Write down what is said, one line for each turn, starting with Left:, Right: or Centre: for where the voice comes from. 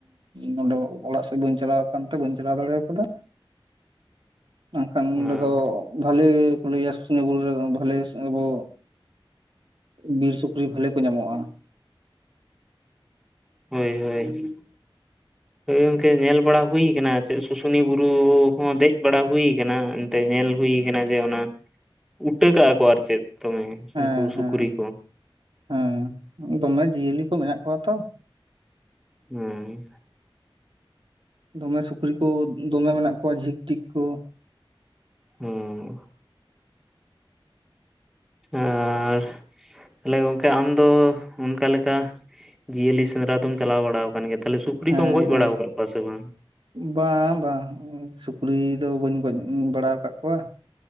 Right: ᱱᱚᱰᱮ ᱚᱲᱟᱜ ᱥᱮᱫ ᱵᱟᱹᱧ ᱪᱟᱞᱟᱣ ᱠᱱᱟ ᱛᱮ ᱵᱟᱹᱧ ᱪᱟᱞᱟᱣ ᱫᱟᱲᱮ ᱠᱟᱫᱟ ᱟᱨ ᱠᱷᱟᱱ ᱱᱚᱸᱰᱮ
Centre: ᱦᱮᱸ
Right: ᱫᱚ ᱵᱷᱟᱹᱞᱤ ᱞᱟᱹᱭᱟ ᱥᱩᱥᱱᱤᱭᱟᱹ ᱵᱩᱨᱩ ᱨᱮ ᱵᱷᱟᱞᱮ ᱟᱵᱚ ᱵᱤᱨ ᱥᱩᱠᱨᱤ ᱵᱷᱟᱞᱮ ᱠᱚ ᱧᱟᱢᱚᱜᱼᱟ
Centre: ᱦᱳᱭ ᱦᱳᱭ ᱦᱳᱭ ᱜᱚᱝᱠᱮ ᱧᱮᱞ ᱵᱟᱲᱟ ᱦᱩᱭ ᱠᱟᱱᱟ ᱪᱮᱫ ᱥᱩᱥᱩᱱᱤ ᱵᱩᱨᱩ ᱦᱚᱸ ᱫᱮᱡ ᱵᱟᱲᱟ ᱦᱩᱭ ᱟᱠᱟᱱᱟ ᱛᱮ ᱧᱮᱞ ᱦᱩᱭ ᱠᱟᱱᱟ ᱡᱮ ᱚᱱᱟ ᱩᱴᱟᱹ ᱠᱟᱜᱼᱟ ᱠᱚ ᱟᱨ ᱪᱮᱫ ᱫᱚᱢᱮ
Right: ᱦᱮᱸ
Centre: ᱩᱱᱠᱩ ᱥᱩᱠᱨᱤ
Right: ᱦᱮᱸ
Centre: ᱠᱚ
Right: ᱦᱮᱸ ᱫᱚᱢᱮ ᱡᱤᱭᱟᱹᱞᱤ ᱠᱚ ᱢᱮᱱᱟᱜ ᱠᱚᱣᱟ ᱛᱚ
Centre: ᱦᱳᱭ
Right: ᱫᱚᱢᱮ ᱥᱩᱠᱨᱤ ᱠᱚ ᱫᱚᱢᱮ ᱢᱮᱱᱟᱜ ᱠᱚᱣᱟ ᱡᱷᱤᱠ ᱴᱤᱠ ᱠᱚ
Centre: ᱦᱩᱸ ᱟᱨ ᱛᱟᱦᱞᱮ ᱜᱚᱝᱠᱮ ᱟᱢ ᱫᱚ ᱚᱱᱠᱟ ᱞᱮᱠᱟ ᱡᱤᱭᱟᱹᱞᱤ ᱥᱮᱸᱫᱽᱨᱟ ᱫᱚᱢ ᱪᱟᱞᱟᱣ ᱵᱟᱲᱟ ᱟᱠᱟᱱ ᱜᱮ ᱛᱟᱦᱚᱞᱮ ᱥᱩᱠᱨᱤ
Right: ᱦᱮᱸ
Centre: ᱠᱚᱢ ᱜᱚᱡ
Right: ᱦᱮᱸ
Centre: ᱵᱟᱲᱟᱣ ᱠᱟᱜ ᱠᱚᱣᱟ ᱥᱮ ᱵᱟᱝ?
Right: ᱵᱟᱝ ᱵᱟᱝ ᱥᱩᱠᱨᱤ ᱫᱚ ᱵᱟᱹᱧ ᱜᱚᱡ ᱵᱟᱲᱟᱣ ᱠᱟᱜ ᱠᱚᱣᱟ